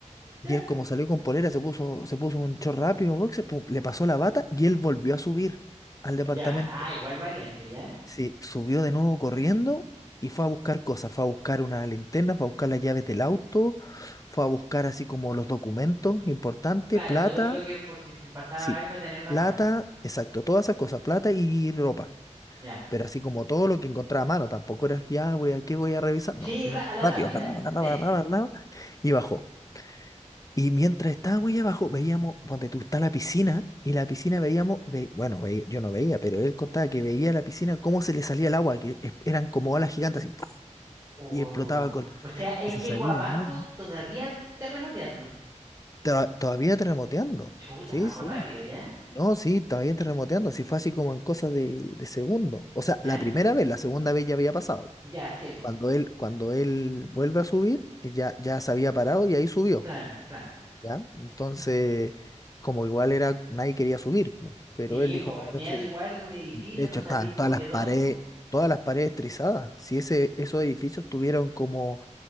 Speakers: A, on the right; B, on the left.
A: ¿Ya?
B: y él como salió con polera, se puso, se puso un short rápido, boxer, pum, le pasó la bata y él volvió a subir al departamento.
A: Ya, ah, igual valiente, ¿ya?
B: Sí, subió de nuevo corriendo y fue a buscar cosas. Fue a buscar una linterna, fue a buscar las llaves del auto, fue a buscar así como los documentos importantes,
A: Claro,
B: plata,
A: todo lo que por si se pasaba
B: sí,
A: algo, tenerlo
B: plata,
A: a mano.
B: exacto, todas esas cosas, plata y ropa.
A: Ya.
B: Pero así como todo lo que encontraba a mano, tampoco era que ya voy a qué voy a revisar, no,
A: Sí,
B: sino
A: ra- a la
B: rápido,
A: rápida,
B: agarraba, agarraba,
A: sí.
B: agarraba, agarraba, y bajó. Y mientras estábamos ahí abajo, veíamos, donde tú está la piscina, y la piscina veíamos, ve- bueno, ve- yo no veía, pero él contaba que veía la piscina cómo se le salía el agua, que es- eran como olas gigantes, así, ¡puf!
A: Oh,
B: y explotaba con,
A: o sea, él
B: y se
A: llegó
B: salía
A: abajo
B: el agua.
A: todavía terremoteando.
B: Tra- todavía terremoteando,
A: Chuta,
B: sí,
A: abajo
B: sí,
A: rápido, ¿ya?
B: no, sí, todavía terremoteando, así fue así como en cosas de, de segundo. O sea,
A: ¿Ya?
B: la primera vez, la segunda vez ya había pasado.
A: Ya, sí, po.
B: Cuando él, cuando él vuelve a subir, ya, ya se había parado y ahí subió.
A: Claro, claro.
B: ¿ya? Entonces, como igual era, nadie quería subir, pu, pero
A: Sí,
B: él dijo,
A: po,
B: no,
A: es miedo
B: voy a subir.
A: igual, un edificio,
B: De hecho,
A: no sabéis
B: estaban
A: cómo
B: todas las
A: quedó.
B: paredes, todas las paredes trizadas. Si ese, esos edificios tuvieron como